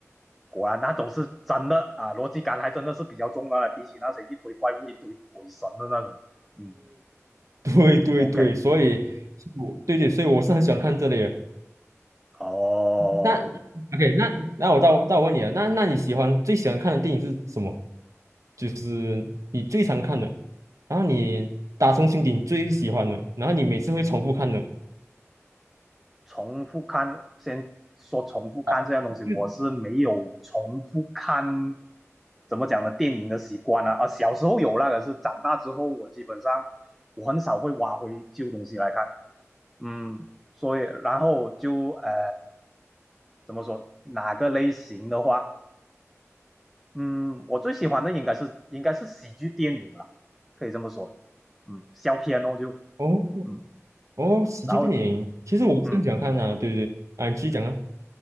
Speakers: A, in the centre; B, on the right.
A: 果然那种是真的啊，逻辑感还真的是比较重的了，比起那些一堆怪物、一堆鬼神的那种。嗯
B: 对对对对，
A: ，OK，
B: 所以我对对，所以我是很喜欢看这类的。
A: 哦。
B: 那 OK，那那我到到我问你啊，那那你喜欢最喜欢看的电影是什么？就是你最常看的，然后你打从心底你最喜欢的，然后你每次会重复看的。
A: 重复看，先说重复看这样东西，
B: 啊，
A: 我是没有重复看
B: 嗯，
A: 怎么讲呢电影的习惯啊。啊，小时候有那个是长大之后我基本上我很少会挖回旧东西来看。嗯，所以然后就呃怎么说哪个类型的话，嗯，我最喜欢的应该是应该是喜剧电影啦，可以这么说。嗯，笑片哦就
B: 哦
A: 嗯，
B: 哦，喜剧电影，
A: 然后
B: 其实我是很喜欢看的啊对不对，
A: 嗯。
B: 啊，你继续讲啊。